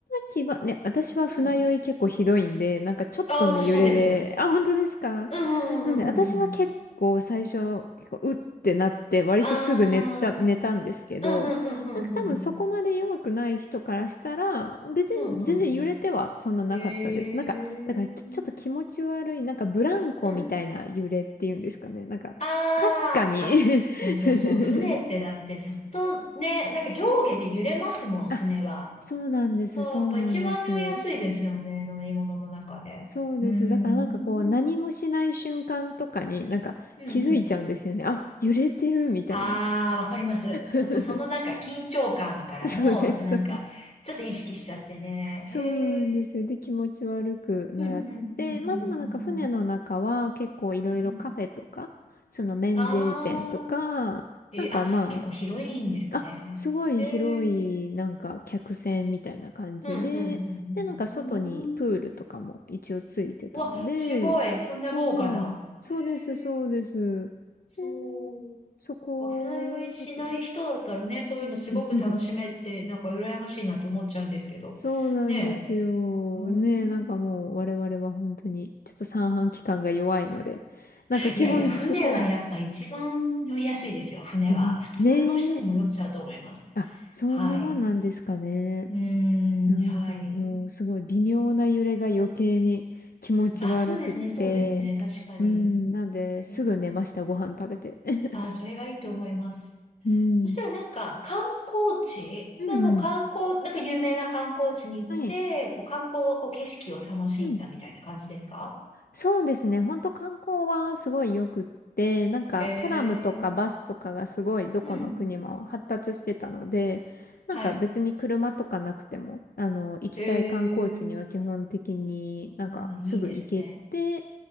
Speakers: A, on the left (about 80°); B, on the left (about 50°).
A: 時は、ね、私は船酔い結構ひどいんで、
B: うん。
A: なんかちょっとの揺れで、
B: あ、私もです。
A: あ、本当ですか
B: うんうんうんうんうんうん。
A: なんで私は結構最初、結構うってなって、割とすぐ寝ちゃ、
B: あ
A: 寝たんですけど、
B: ー、うんうんうんうんうんうん。
A: なんか多分そこまで弱くない人からしたら、別に全然揺れてはそんななかったです。
B: うんうんうん。へえ。
A: なんか、だからきちょっと気持ち悪い、なんかブランコみたいな揺れっていうんですかね。
B: うん
A: なんか、
B: ああ、
A: かすかに
B: あ、そうそうそう。船ってだってずっとね、
A: <laughs>
B: なんか上下で揺れますもん、
A: あ
B: 船は。
A: そうなんです、
B: そう、
A: そうなんです。
B: やっぱ一番酔いやすいですよね、乗り物の中で。
A: そうです。
B: うーん。
A: だからなんかこう何もしない瞬間とかになんか気づいちゃうんですよね。
B: うんうん。
A: あ、揺れてるみたいな。
B: ああ、わかります。そうそう、
A: <laughs>
B: そのなんか緊張感からも、
A: そうです、
B: またなんか、
A: そうです。
B: ちょっと意識しちゃってね。
A: そうなんですよ。
B: へえ。
A: で、気持ち悪くなって、
B: うんうんうんうんうん
A: まあでもなんか船の中は結構いろいろカフェとか、
B: うん。うん
A: その免税店とか、
B: ああ、えー、
A: なんかま
B: あ、結構広いんですね。
A: あ、あ、すごい広いなんか客船みたいな感じで、
B: へえ。うんうんうんうん。
A: で、なんか外にプールとかも一応ついてたんで、
B: うーんわ、すごい。そんな豪華な。
A: はい、そうです、
B: へ
A: そうです。
B: え、そう。
A: で、そこだと
B: なんか船酔いしない人だったらね、そういうのすごく楽しめて、
A: <laughs>
B: なんか羨ましいなと思っちゃうんですけど。
A: そうなんですよ。
B: ねえ。うん。
A: ねえ、なんかもう我々は本当にちょっと三半規管が弱いので、なんか基本ずっとこ
B: いやいや、船はやっぱ一番酔いやすいですよ、船は。
A: う、んねえ、
B: 普通の人でも酔っちゃうと思います。
A: あ、そんなもんなんですかね。
B: はい。うーん、
A: なんかもうすごい微妙な揺れが余計に気持ち悪くって、
B: はい。あ、そうですね、そうですね、確かに。
A: うん、なんですぐ寝ました、
B: うん、
A: ご飯食べて。<laughs>
B: あ、それがいいと思います。
A: うん、
B: そしたらなんか観光地、
A: うん、
B: まあもう観光、
A: うん。
B: なんか有名な観光地に行って、
A: はい。
B: こう観光はこう景色を楽しんだみたいな感じですか
A: うんそうですね。ほんと観光はすごいよくって、なんかトラムとかバスとかがすごいどこの国も発達してたので、
B: へえ、うん、
A: なんか別に車とかなくても、
B: はい。
A: あの、行きたい観光地には基本的になんかすぐ行けて、
B: へえ、ああ、いいですね。